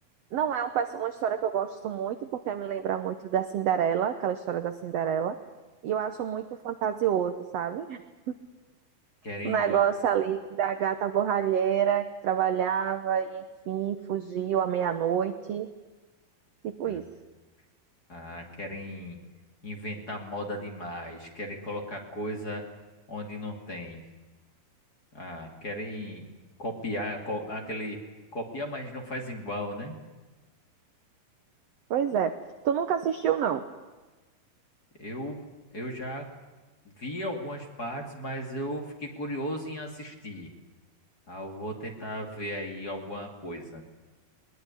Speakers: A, on the right; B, on the left.
A: Não é um pesso- uma história que eu gosto muito, porque me lembra muito da Cinderela, aquela história da Cinderela. E eu acho muito fantasioso, sabe? <laughs>
B: querem,
A: O negócio ali da gata borralheira que trabalhava e, enfim, fugiu à meia-noite, tipo
B: ah,
A: isso.
B: ah, querem inventar moda demais, querem colocar coisa onde não tem, ah, querem copiar, co- aquele copia, mas não faz igual, né?
A: Pois é. Tu nunca assistiu, não?
B: Eu, eu já vi algumas partes, mas eu fiquei curioso em assistir. Ah, eu vou tentar ver aí alguma coisa.